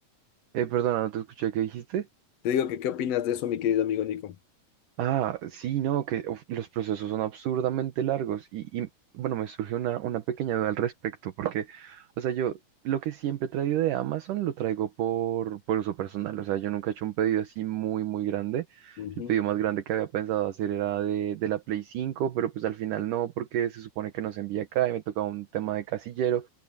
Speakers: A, on the right; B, on the left.
A: Eh, perdona, no te escuché, ¿qué dijiste?
B: Te digo que, ¿qué opinas de eso, mi querido amigo Nico?
A: Ah, sí, no, que uf, los procesos son absurdamente largos y, y, bueno, me surgió una, una pequeña duda al respecto porque, o sea, yo lo que siempre he traído de Amazon lo traigo por, por uso personal, o sea, yo nunca he hecho un pedido así muy, muy grande.
B: Ujú,
A: El pedido más grande que había pensado hacer era de, de la Play 5, pero pues al final no, porque se supone que no se envía acá y me tocaba un tema de casillero